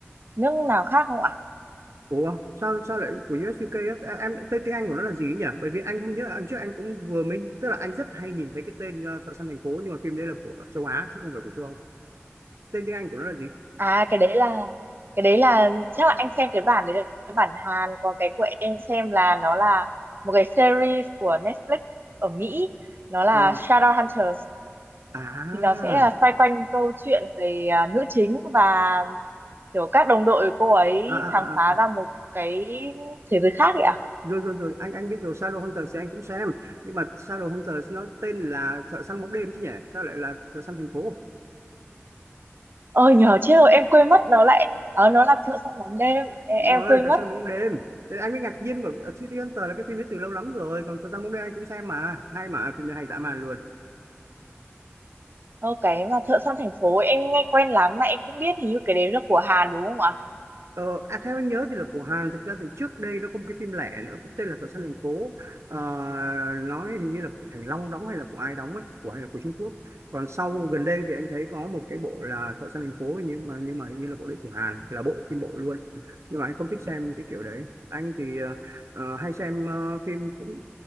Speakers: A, on the right; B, on the right.
A: nước nào khác không ạ?
B: của sao sao lại của US UK á? À, em tên tiếng Anh của nó là gì ấy nhỉ bởi vì anh không nhớ anh trước anh cũng vừa mình tức là anh rất hay nhìn thấy cái tên uh, Thợ săn thành phố nhưng mà phim đấy là của châu Á chứ không phải của châu Âu tên tiếng Anh của nó là gì
A: À cái đấy là cái đấy là chắc là anh xem cái bản đấy là cái bản Hàn, còn cái của em xem là nó là một cái series của Netflix ở Mỹ, nó là
B: Ờ,
A: Shadowhunters
B: à,
A: thì nó sẽ là xoay quanh câu chuyện về à, nữ chính và kiểu các đồng đội cô ấy
B: à, à,
A: khám phá
B: à, à.
A: ra một cái thế giới khác ấy ạ
B: rồi rồi rồi anh anh biết rồi Shadow Hunters thì anh cũng xem nhưng mà Shadow Hunters nó tên là Thợ săn bóng đêm chứ nhỉ sao lại là Thợ săn thành phố
A: ờ nhờ chết rồi em quên mất nó lại ờ nó là thợ săn bóng đêm Ê,
B: Đúng
A: em
B: rồi
A: quên
B: Trại
A: mất
B: săn bóng đêm thì anh mới ngạc nhiên bởi vì City Hunter là cái phim đấy từ lâu lắm rồi còn Trại săn bóng đêm anh cũng xem mà hay mà phim này hay dã man luôn
A: ờ, cái mà thợ săn thành phố ấy, em nghe quen lắm mà em cũng biết hình như cái đấy là của Hàn đúng không ạ
B: Ờ, à, theo anh nhớ thì luật của Hàn thực ra thì trước đây nó có một cái phim lẻ nữa cũng tên là Tội săn thành phố Ờ, nói hình như là của Thành Long đóng hay là của ai đóng ấy của ai là của Trung Quốc còn sau gần đây thì anh thấy có một cái bộ là Tội săn thành phố nhưng mà nhưng mà hình như là bộ đấy của Hàn là bộ phim bộ luôn nhưng mà anh không thích xem cái kiểu đấy anh thì ờ, ờ, hay xem ờ, phim cũng